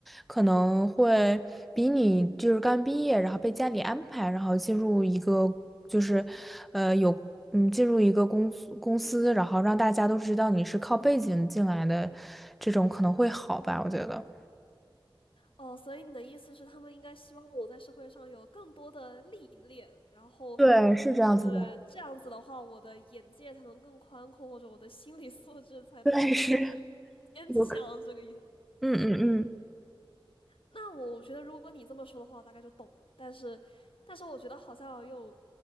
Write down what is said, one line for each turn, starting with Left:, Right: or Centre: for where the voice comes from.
Centre: 可能会比你就是刚毕业，然后被家里安排，然后进入一个就是，呃，有嗯，进入一个公司公司，然后让大家都知道你是靠背景进来的，这种可能会好吧，我觉得。
Left: 哦，所以你的意思是，他们应该希望我在社会上有更多的历练，然后，
Centre: 对，是这样子的。
Left: 呃，这样子的话，我的眼界才能更宽阔，或者我的心理素质才能更更更坚强，
Centre: 对，是有可，
Left: 这个意思。
Centre: 嗯嗯嗯。
Left: 那我觉得，如果你这么说的话，我大概就懂了。但是，但是我觉得好像又，